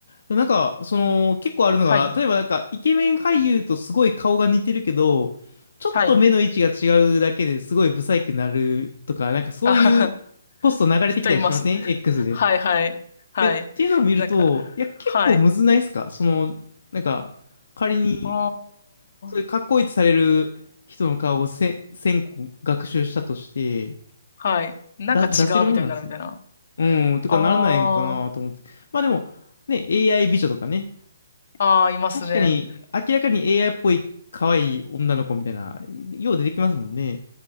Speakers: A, on the left; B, on the left.
A: なんか、その、結構あるのが、
B: はい。
A: 例えばなんか、イケメン俳優とすごい顔が似てるけど、ちょっと目の位置が違うだけですごいブサイクになるとか、
B: はい。
A: なんかそういうポスト流れてきたりしません
B: あはは。人いますね。
A: ?X
B: <laughs>
A: で。
B: はいはい。はい。
A: いや、っていうのを見ると、
B: なんか、
A: いや、結構むずないですかその、
B: はい。
A: なんか、仮に
B: あ
A: そういうかっこいいとされる人の顔をせ1000個学習したとして、
B: あ。はい。なんか違うみたいになるみたいな。
A: だ、出せるもんなんですね。うん、とかならないんかなと思って。
B: ああ。
A: まあでも、ね、AI 美女とかね。
B: ああ、いますね。
A: 確かに、明らかに AI っぽい可愛い女の子みたいな、よう出てきますもんね。